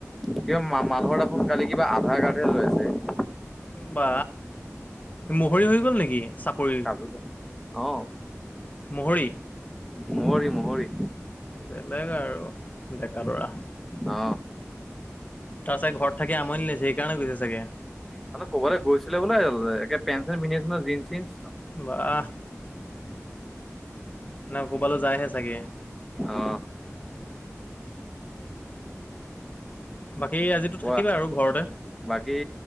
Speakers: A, in the centre; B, on the left (about 30°).
A: কিবা মানুহৰ দেখোন কালি কিবা আধাৰ কাৰ্ডহে লৈ আছে।
B: বা মহৰি হৈ গ'ল নেকি চাপৰিৰ?
A: কাজু অ
B: মূহৰি
A: মহৰি মহৰি
B: বেলেগ আৰু ডেকাল'ৰা।
A: অ
B: তাৰ চাগে ঘৰত থাকি আমনি লাগিছে সেইকাৰণে গৈছে চাগে।
A: মানে ক'বলৈ গৈছিলে বোলে, একেট পেন-চেন পিন্ধি আছে ন জিনচ-চিনচ।
B: বাহ। না কৰবালৈ যায়হে চাগে।
A: অ
B: বাকী আজিতো
A: কোৱা
B: থাকিবা আৰু ঘৰতে
A: বাকী,